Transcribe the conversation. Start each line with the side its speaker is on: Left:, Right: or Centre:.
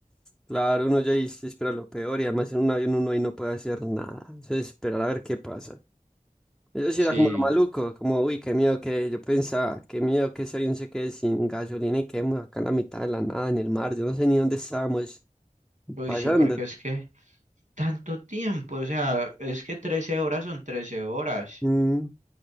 Centre: Claro, uno ya ahí se espera lo peor y además en un avión uno ahí no puede hacer nada. Entonces, esperar a ver qué pasa. Eso sí
Right: Sí,
Centre: era como lo maluco, como, uy, qué miedo que yo pensaba, qué miedo que ese avión se quede sin gasolina y quedemos acá en la mitad de la nada, en el mar, yo no sé ni dónde estábamos
Right: uy,
Centre: pasando.
Right: sí, porque es que tanto tiempo, o sea, es que 13 horas son 13 horas.
Centre: Mm,